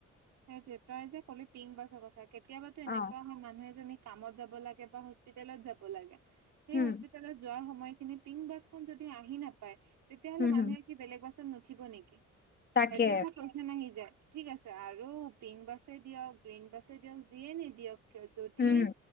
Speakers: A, on the right; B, on the left.
A: সেইটোয়ে, তই যে ক'লি পিংক বাছৰ কথা কেতিয়াবাতো এনেকুৱা
B: অ
A: হয় মানুহ এজনী - কামত যাব লাগে বা হস্পিতেলত যাব লাগে, সেই
B: উম
A: হস্পি- তেলত যোৱাৰ সময়খিনি পিংক বাছখন যদি আহি নাপায়, তেতিয়াহলে
B: হম
A: মানুহে-
B: হম
A: কি বেলেগ বাছত নুঠিব নেকি?
B: তাকে
A: সেইটো এটা কুৱেশ্যন আহি যায়। ঠিক আছে - আৰু পিংক বাছে দিয়ক, গ্ৰীণ বাছে দিয়ক, যিয়ে নিদিয়ক কিয় যদি
B: উম
A: -